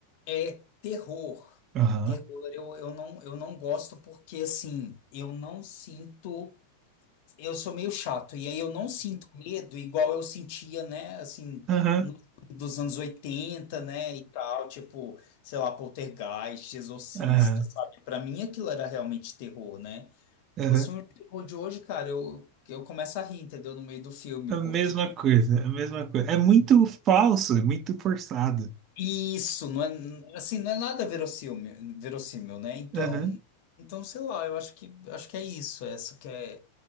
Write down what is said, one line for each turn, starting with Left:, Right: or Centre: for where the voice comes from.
Left: é terror,
Right: Aham,
Left: terror eu, eu não, eu não gosto porque, assim, eu não sinto Eu sou meio chato, e aí eu não sinto medo igual eu sentia, né, assim,
Right: aham,
Left: no- dos anos 80, né, e tal, tipo, sei lá, Poltergeist, Exorcista,
Right: aham,
Left: sabe? Pra mim aquilo era realmente terror, né?
Right: aham.
Left: Os terror de hoje, cara, eu, eu começo a rir, entendeu? No meio do filme,
Right: A
Left: porque
Right: mesma coisa, a mesma coisa. É muito falso, é muito forçado.
Left: isso, não é, assim, não é nada verossímil, verossímil, né? Então,
Right: Aham.
Left: então, sei lá, eu acho que, acho que é isso, é essa que é